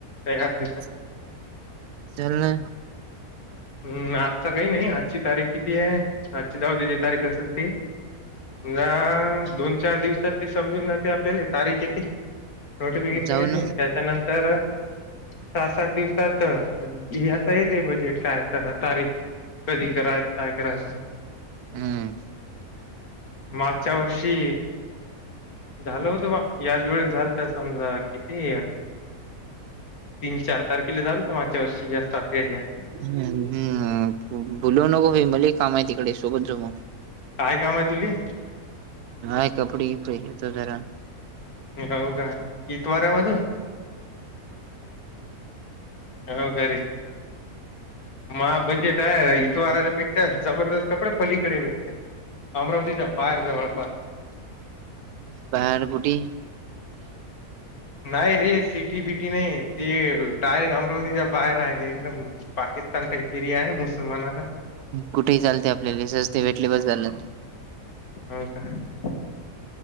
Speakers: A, on the left; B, on the right.
A: तरतीस
B: हम्म चल ना
A: हम् आजचा काही नाही आजची तारीख किती आहे आजची जाऊ त जी तारीख असेल ती ना दोन चार दिवसात ते समजून जाते आपल्याला तारीख येते नोटिफिकेशन
B: जाऊ
A: येते
B: ना
A: त्याच्यानंतर सहा सात दिवसात याचा ते बजेट काय तारी कधी करायत काय करायच
B: हम्म
A: मागच्या वर्षी झालं होतं याच वेळेस झालं तर समजा किती तीन चार तारखेला झालं तर मागच्या वर्षी या सातव्याच्या
B: हम्म बुलाव नगो मले काम आहे तिकडे सोबत जाऊन
A: काय काम आहे तुले
B: य कपडी कप येत जरा
A: हो का इतवार्या वाजून हो घरी म बजेट आहे इतवाराच्या पेक्षा जबरदस्त कपडे पलीकडे भेटते अमरावतीच्या बाहेर जवळपास.
B: बाहेर कुटी
A: नाही रे, सिटी बिटी नाही. ते डायरेक्ट अमरावतीच्या बाहेर आहे एकदम पा ख्रिस्तान टाईप एरीया आहे मुसलमाना चा.
B: कुठेही चालते आपल्याला. सस्त भेटले बस झालं.
A: हो का? <unintelligible>